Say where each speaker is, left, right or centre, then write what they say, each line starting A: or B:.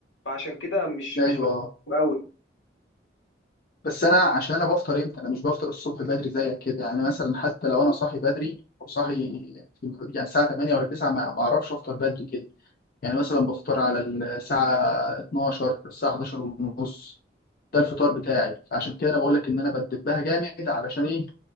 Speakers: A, on the left; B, on the left.
A: فعشان كده مش
B: أيوه
A: مش بحبهم قوي
B: بس انا عشان انا بفطر امتى انا مش بفطر الصبح بدري زيك كده يعني مثلا حتى لو انا صاحي بدري او صاحي في يعني الساعه 8 ولا 9 ما ما بعرفش افطر بدري كده يعني مثلا بفطر على الساعه 12 الساعه 11 ونص ده الفطار بتاعي عشان كده انا بقول لك ان انا بدبها جامد علشان ايه